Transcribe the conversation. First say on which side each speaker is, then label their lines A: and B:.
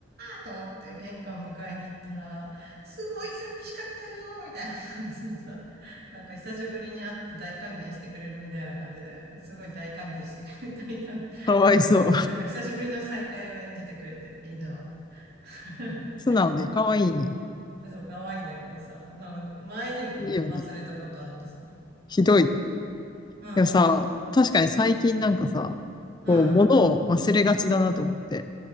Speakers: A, on the right; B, on the left.
A: ーと思って玄関迎えに行ったら、すごい寂しかったよーみたいな感じでさ、<laughs> なんか久しぶりに会って大歓迎してくれるみたいな感じで、すごい大歓迎してくれ、<laughs> 大歓歓迎の、
B: かわいそう。
A: なんか久しぶりの再会を演じてくれて、犬は。<laughs>
B: 素直でかわいいね。
A: でそう、可愛いんだけどさ、なんか前にも忘れたことあってさ、
B: いいよね。ひどい。
A: うん、
B: でもさ、確かに最近なんかさ、
A: うん、
B: こう、物を忘れがちだなと思って。